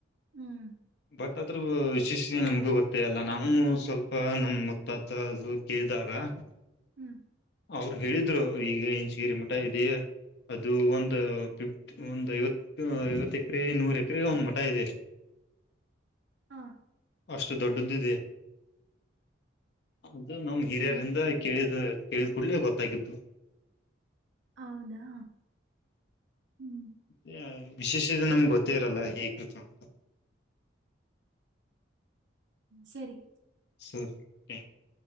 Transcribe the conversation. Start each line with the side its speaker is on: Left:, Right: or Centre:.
Right: ಹ್ಮ್
Left: ಬಟ್ ಅದ್ರ. ಹೆಕ್ಷಿಸಿ ನಮ್ಗೂ ಗೊತ್ತೇ ಅಲ್ಲ ನಾವು ಸ್ವಲ್ಪ ನಮ್ಮುತ್ತಾದ ಅದು <unintelligible>
Right: ಹ್ಮ್
Left: ಅವ್ರು ಹೇಳಿದ್ರು ಈಗ ಇಂಚಗಿರಿ ಮಠ ಇದೆಯ ಅದು ಒಂದು <inaudible> ಫ ಒಂದ್ ಐವತ್ತು ಐವತ್ತು ಎಕರೆ ನೂರ ಎಕ. ಕ ಕರೆ ಹನ್ ಮಟ ಇದೆ
Right: ಹ
Left: ಅಷ್ಟು ದೊಡ್ಡದ್ದಿದೆ. ಅದು ನಮ ಹಿರಿಯರಿಂದ
Right: ಹ್ಮ್
Left: ಕೇಳಿದ್ ಕೇಳಿದ್ ಕೂಡ್ಲೆೇ ಗೊತ್ತಾಗಿದ್ದತ್ತು.
Right: ಹೌದಾ ಹ್ಮ್
Left: ಮ ವಿಶೇಷ ನಮ್ಗೆ ಗೊತ್ತೇ ಇರಲ್ಲ ಹೇಗತ್ತು ಅಂತ.
Right: ಸರಿ
Left: ಸರಿ ಥ್ಯಾಂಕ್ ಯು.